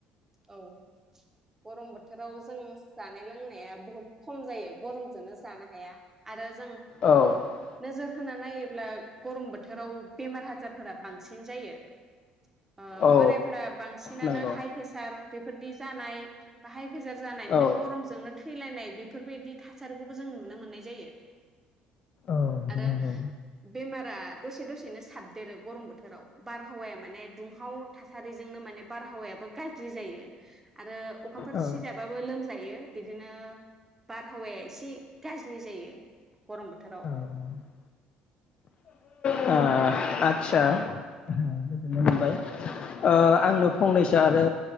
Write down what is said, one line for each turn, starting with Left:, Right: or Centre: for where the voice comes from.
Right: औ गरम बोथोराव जों जानाय लोंनाया बुहुद खम जायो गरमजोंनो जानो हाया आरो जों
Left: औ
Right: नोजोर होना नायोब्ला गरम बोथोराव बेमार आजारफोरा बांसिन जायो ओ
Left: औ
Right: बोरायफोरा बांसिनानो
Left: नंगौ
Right: हाइ बेफोरदि जानाय बाहाय फेजार जानानैनो
Left: औ
Right: गरमजोंनो थैलायनाय बेफोरबायदि थासारिखौबो जों नुनो मोननाय जायो
Left: औ
Right: आरो
Left: नंगौ
Right: बेमार फोरा दसे दसेनो साबदेरो गरम बोथोराव बारहावाया माने दुंहाव थासारिजोंनो माने बारहावायाबो जि जायो आरो अखाफोर
Left: औ
Right: सिजाबो लोम- जायो बिदिनो बारहावाया एसे गाज्रि जायो गरम बोथोराव
Left: औ। ओ आ आदसा गोजोननाय मोनबाय ओ आंनो फंनैसो आरो